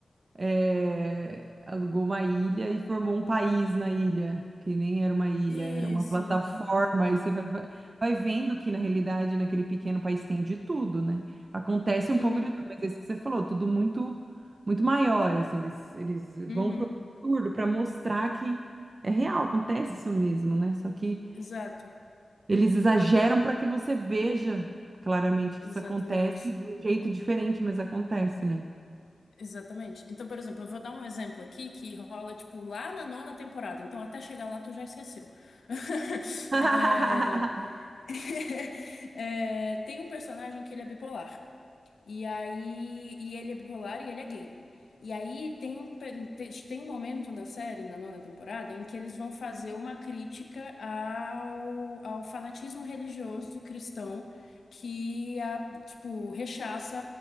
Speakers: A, on the right (about 45°); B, on the left (about 80°).
A: é, alugou uma ilha e formou um país na ilha, que nem era uma ilha,
B: Isso.
A: era uma plataforma. E você vai, vai vai vendo que, na realidade, naquele pequeno país tem de tudo, né? Acontece
B: Uhum,
A: um pouco de tudo, mas é isso que você falou, tudo muito, muito maior, assim, eles, eles
B: uhum.
A: vão pro absurdo para mostrar que é real, acontece isso mesmo, né? Só que
B: Exato,
A: eles exageram para que você veja claramente que
B: exatamente.
A: isso acontece de um jeito diferente, mas acontece, né?
B: Exatamente. Então, por exemplo, eu vou dar um exemplo aqui que rola, tipo, lá na nona temporada. Então, até chegar lá, tu já esqueceu. <laughs>
A: <laughs>
B: É... <laughs> É, Tem um personagem que ele é bipolar. E aí, e ele é bipolar e ele é gay. E aí tem um, pe- te- tem um momento na série, na nona temporada, em que eles vão fazer uma crítica ao, ao fanatismo religioso cristão que a, tipo, rechaça